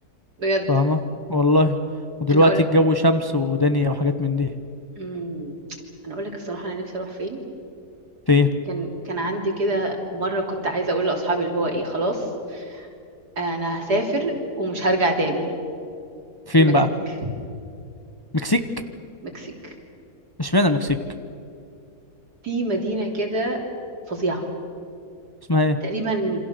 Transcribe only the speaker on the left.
فاهمة والله ودلوقتي
الجو شمس ودنيا وحاجات من دي
فين
فين
بقى مكسيك
اشمعنى المكسيك
اسمها ايه